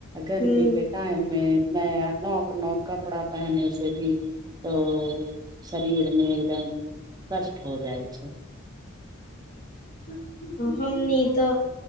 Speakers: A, on the right; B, on the left.
A: गर्मी
B: ह
A: के टाइम मे नया नोक नोक कपड़ा पहने से भी ओ तऽ शरीर मे एकदम कष्ट हो जाय छै
B: ह हमनी तऽ